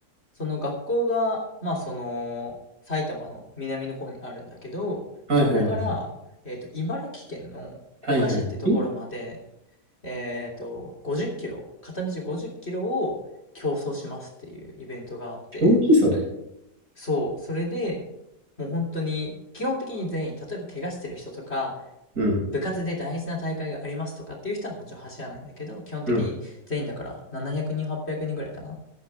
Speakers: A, on the left; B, on the right.
A: その学校が、まあその、埼玉の南の方にあるんだけど、
B: はいはいはい。
A: そこから、えっと、茨城県の古河市ってところまで、
B: はいはい。え
A: えっと、50キロ、片道50キロを競争しますっていうイベントがあって、
B: 競技それ。
A: そう、それで、もう本当に、基本的に全員、例えば怪我してる人とか、
B: うん。
A: 部活で大事な大会がありますとかっていう人はもちろん走らないんだけど、基本的に全員だから700人、
B: うん。
A: 800人ぐらいかな。